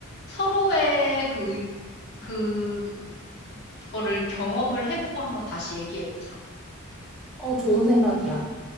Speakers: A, on the left (about 55°); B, in the centre.
A: 서로의 그, 의- 그, 거를 경험을 해보고 한번 다시 얘기해보자.
B: 어, 좋은 생각이야.